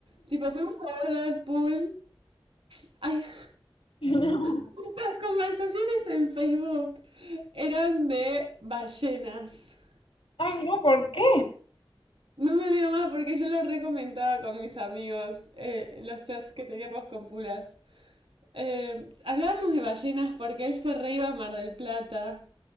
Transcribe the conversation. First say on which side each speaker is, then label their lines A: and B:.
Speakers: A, on the right; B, on the left.
A: Tipo, fuimos a ver Deadpool. Ay,
B: <laughs>
A: <laughs> las conversaciones en Facebook eran de ballenas.
B: Ay, no, ¿por qué?
A: No me olvido más porque yo lo recomentaba con mis amigos, eh, los chats que teníamos con Pulas. Eh, hablábamos de ballenas porque él se re iba a Mar del Plata.